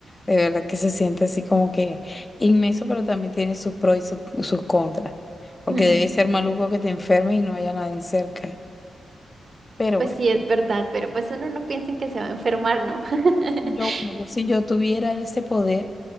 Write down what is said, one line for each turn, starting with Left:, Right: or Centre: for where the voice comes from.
Left: de verdad que se siente así como que inmenso, pero también tiene sus pros y sus, sus contras. Porque
Right: Mm.
Left: debe ser maluco que te enfermes y no haya nadie cerca. Pero
Right: Pues
Left: bueno.
Right: sí, es verdad, pero pues uno no piensa en que se va a enfermar, ¿no? <laughs>
Left: Yo, bueno, yo, si yo tuviera ese poder,